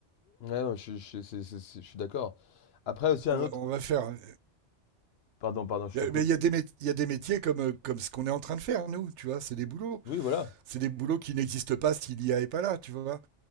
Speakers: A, on the left (about 65°); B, on the right (about 80°).
A: Ouais, non, je, je- c'est- c'est- c'est- je suis d'accord. Après,
B: <laughs>
A: aussi
B: On
A: un autre...
B: va, on va faire.
A: Pardon, pardon, je
B: Mais
A: te coupe.
B: il y a des il y a des métiers comme euh, comme ce qu'on est en train de faire nous, tu vois, c'est des boulots,
A: Oui, voilà.
B: c'est des boulots qui n'existent pas si l'IA est pas là, tu vois.